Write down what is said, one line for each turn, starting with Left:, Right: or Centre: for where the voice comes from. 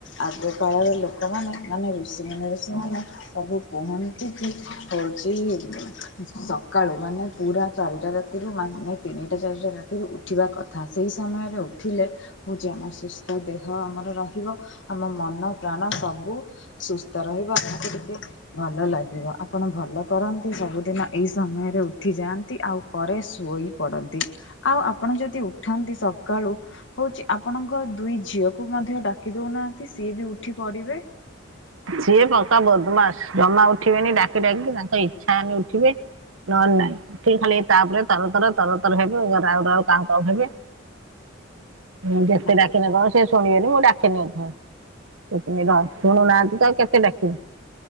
Left: ଆଗ କାଳର ଲୋକମାନେ, ମାନେ ଋଷି ମୁନିଋଷି ମାନେ ସବୁ କୁହନ୍ତି କି ହଉଚି, ଉମ୍ ସକ୍ କାଳୁ ମାନେ ପୁରା ଚାରିଟା ରାତିରୁ ମାନେ ତିନିଟା ଚାରିଟା ରାତିରୁ ଉଠିବା କଥା। ସେଇ ସମୟରେ ଉଠିଲେ ହଉଚି, ଆମ ସୁସ୍ଥ ଦେହ ଆମର ରହିବ। ଆମ ମନ ପ୍ରାଣ ସବୁ ସୁସ୍ଥ ରହିବ ଆମକୁ ଟିକେ ଭଲ ଲାଗିବ ଆପଣ ଭଲ କରନ୍ତି ସବୁଦିନ ଏଇ ସମୟରେ ଉଠିଯାଆନ୍ତି, ଆଉ ପରେ ଶୋଇ ପଡ଼ନ୍ତି। ଆଉ ଆପଣ ଯଦି ଉଠାନ୍ତି ସକାଳୁ ହଉଚି ଆପଣଙ୍କ ଦୁଇ ଝିଅକୁ ମଧ୍ୟ ଡାକି ଦଉନାହାଁନ୍ତି, ସିଏ ବି ଉଠି ପଡିବେ।
Right: ସିଏ ପକା ବଦମାସ୍। ଜମା ଉଠିବେନି, ଡାକି ଡାକି ତାଙ୍କ ଇଚ୍ଛା ହେନେ ଉଠିବେ। ନହନ ନାଇଁ ଉଠିକି ଖାଲି ତାପରେ ତରତର ତରତର ହେବେ ରାଉ ରାଉ କାଉଁ କାଉଁ ହେବେ ମୁଁ ଯେତେ
Left: ନା
Right: ଡ଼ାକିନେ କଣ? ସେ ସୁ ଶୁଣିବେନି ମୁଁ ଡାକେନି ଏଥିପାଇଁ ସେ ର ଶୁଣୁନାହାନ୍ତି ତ କେତେ ଡାକିବି।